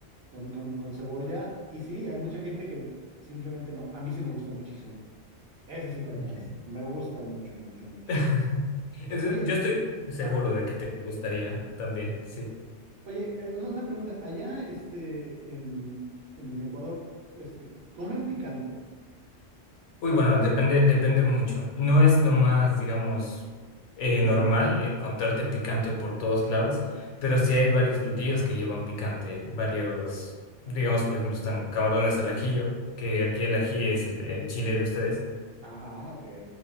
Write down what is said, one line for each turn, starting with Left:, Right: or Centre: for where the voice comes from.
Right: con, con, con cebolla. Y sí, hay mucha gente que simplemente no. A mí sí me gusta muchísimo. Eso sí, para
Left: Ya.
Right: que veas. Me gusta mucho, mucho, mucho.
Left: <laughs> Es-
Right: Sí, Oye,
Left: Yo estoy seguro
Right: ajá.
Left: de que te gustaría también, sí.
Right: Oye, eh, una, una pregunta. Allá, este, en, en Ecuador, este, ¿comen picante?
Left: Uy, bueno, depende, depende mucho. No es lo más, digamos, eh,
Right: Común.
Left: normal encontrarte picante por todos lados, pero sí hay varios platillos que llevan picante, varios, digamos, por ejemplo, están camarones al ajillo, que aquí el ají es el, el chile de ustedes.
Right: Ajá, ok.